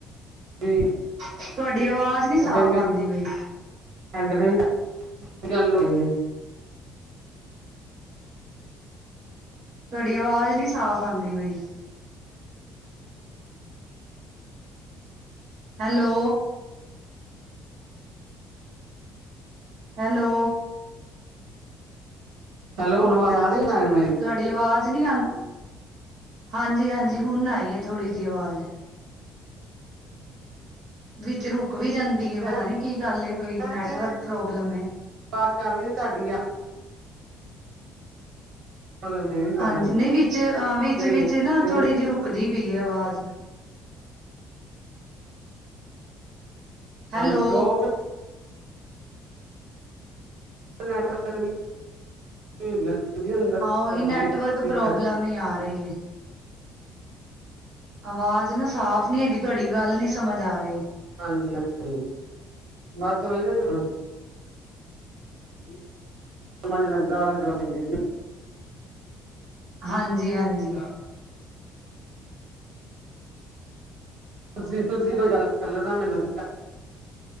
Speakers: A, on the right; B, on the right.
A: ਫਿਰ
B: <inaudible> ਤੁਹਾਡੀ ਆਵਾਜ਼ ਨੀ ਸਾਫ਼
A: ਮੇਰੀ
B: ਆਉਂਦੀ ਬਈ।
A: ਫਰੈਂਡ ਨੇ ਵੀ ਗੱਲ ਹੋਈ ਆ।
B: ਤੁਹਾਡੀ ਅਵਾਜ਼ ਨੀ ਸਾਫ਼ ਆਉਂਦੀ ਬਈ। ਹੈਲੋ। ਹੈਲੋ।
A: ਹੈਲੋ ਹੁਣ ਆਵਾਜ਼ ਆ ਰਹੀ? ਤੁਹਾਨੂੰ ਮੇਰੀ
B: ਤੁਹਾਡੀ ਆਵਾਜ਼। ਆਂ ਹਾਂਜੀ ਹਾਂਜੀ ਹੁਣ ਆਈ ਥੋੜੀ ਜਿਹੀ ਆਵਾਜ਼। ਵਿੱਚ ਰੁਕ। ਰੁੱਕ ਵੀ ਜਾਂਦੀ
A: ਮੈਂ
B: ਪਤਾ ਨੀ ਕੀ ਗੱਲ ਕੋਈ
A: ਮੈਂ
B: ਨੈਟਵਰਕ
A: ਤੇ
B: ਪ੍ਰੋਬਲਮ।
A: ਬਾਤ ਕਰ ਰਹੀ ਹਾਂ ਤੁਹਾਡੀ ਔਰ ਮੇਰੀ ਪਤਾ
B: ਹਾਂਜੀ
A: ਨੀ
B: ਨਹੀਂ ਵਿੱਚ ਹਾਂ ਵਿੱਚ
A: ਨਹੀਂ ਨਹੀਂ
B: ਵਿੱਚ ਨਾ
A: ਨਹੀਂ
B: ਥੋੜੀ
A: ਨਹੀਂ
B: ਜਿਹੀ ਰੁਕ । ਰੁੱਕਦੀ ਪਈ ਹੈ ਆਵਾਜ਼।
A: ਪੰਜ
B: ਹੈਲੋ
A: ਜੋੋਕ। <unintelligible> ਅੰਦਰ ਇਸ
B: ਹਾਂ ਉਹੀ ਨੈਟਵਰਕ ਪ੍ਰੋਬਲਮ
A: ਕਰਕੇ
B: ਹੀ ਆ ਰਹੀ ਹੈ। ਆਵਾਜ਼ ਨਾ ਸਾਫ਼ ਨੀ ਹੈਗੀ ਤੁਹਾਡੀ ਗੱਲ ਨੀ ਸਮਝ ਆ ਰਹੀ।
A: ਹਾਂਜੀ ਹਾਂਜੀ ਬਸ ਉਹੀ ਨਾ।
B: ਹਮ।
A: ਝ ਲੱਗਦਾ ਜਇ।
B: ਹਾਂਜੀ ਹਾਂਜੀ
A: ਤੁਸੀਂ ਤੁਸੀਂ ਕੋਈ ਗੱਲ ਕਰਲੋ ਨਾ ਮੈਨੂੰ।